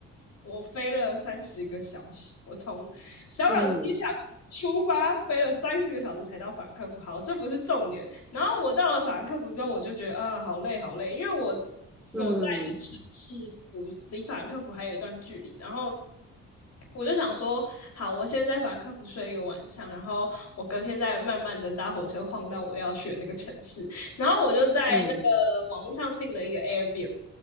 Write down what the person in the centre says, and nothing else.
嗯
嗯
嗯